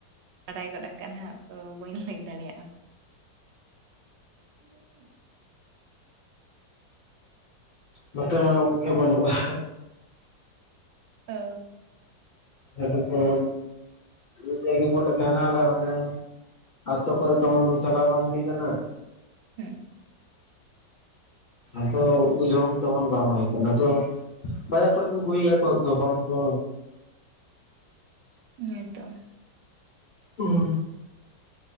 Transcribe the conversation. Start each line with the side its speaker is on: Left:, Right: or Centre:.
Right: ᱵᱟᱲᱟᱭ ᱜᱚᱫ ᱟᱠᱟᱜᱼᱟ ᱱᱟᱸᱜ ᱛᱚ ᱵᱟᱹᱧ ᱞᱟᱹᱭ ᱫᱟᱲᱮᱭᱟᱜᱼᱟ <unintelligible>
Left: ᱱᱚᱛᱮ ᱢᱟ ᱳᱫ ᱜᱮ ᱵᱟᱹᱱᱩᱜᱼᱟ
Right: ᱚ
Left: ᱟᱞᱮ ᱥᱮᱫ ᱫᱚ ᱢᱟᱱᱮ <unintelligible> ᱟᱛᱳ ᱠᱚᱨᱮ ᱛᱚ ᱪᱟᱞᱟᱣ ᱵᱟᱝ ᱦᱩᱭ ᱟᱠᱟᱱᱟ
Right: ᱦᱩᱸ
Left: ᱟᱫᱚ ᱩᱱ ᱠᱚ ᱡᱚᱢ ᱛᱮᱢᱚᱱ ᱵᱟᱝ ᱦᱳᱭ ᱟᱠᱟᱱᱟ ᱵᱟᱡᱟᱨ ᱠᱚᱨᱮ ᱠᱚ ᱠᱩᱞᱤᱭᱟ ᱫᱚᱠᱟᱱ ᱠᱚ
Right: ᱦᱮᱸ ᱛᱚ
Left: <unintelligible>